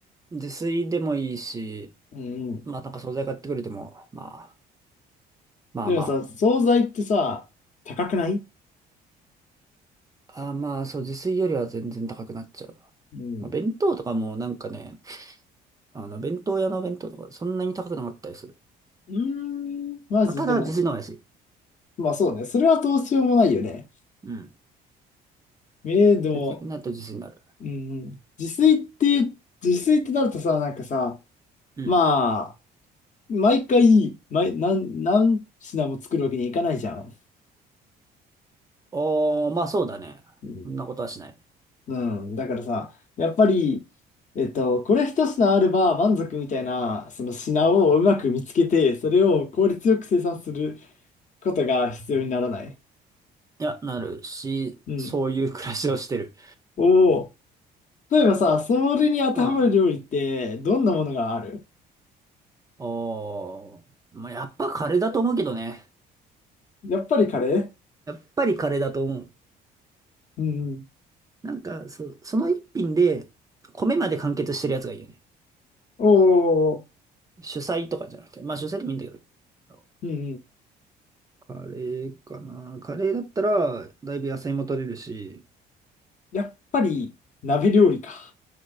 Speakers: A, on the right; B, on the left.
A: 自炊でもいいし、
B: うんうん。
A: まあなんか惣菜買ってくれても、まあ、まあま
B: でもさ、惣菜ってさ、高くない
A: あ。あ、まあそう、自炊よりは全然高くなっちゃうな。
B: うん。
A: まあ弁当とかもなんかね、あの弁当屋の弁当とかそんなに高くなかったりする。
B: うーん、マジでも、
A: まあただ自炊の方が安い。
B: まあそうね。それはどうしようもないよね。
A: うん。
B: ええ、でも、
A: 節約になると自炊になる。
B: うんうん。自炊って、自炊ってなるとさ、なんかさ、
A: うん。
B: まあ、毎回、毎、何、何品も作るわけにいかないじゃん。
A: おー、まあそうだね。
B: うん、
A: そんなことはしない。
B: うんだからさ、やっぱり、えっと、これ一品あれば満足みたいな、その品をうまく見つけて、それを効率よく生産することが必要にならない。
A: いや、なるし、
B: うん。
A: そういう暮らしをしてる。
B: おお、例えばさ、それに当てはまる料理って、
A: うん。
B: どんなものがある
A: おー、まあ、やっぱカレーだと思うけどね。
B: やっぱりカレー
A: やっぱりカレーだと思う。
B: うんうん。
A: なんか、そ、その一品で、米まで完結してるやつがいいよね。
B: おお、
A: 主菜とかじゃなくて。まあ主菜でもいいんだけど。
B: うんうん。
A: カレーかな。カレーだったら、だいぶ野菜も取れるし、
B: やっぱり鍋料理か。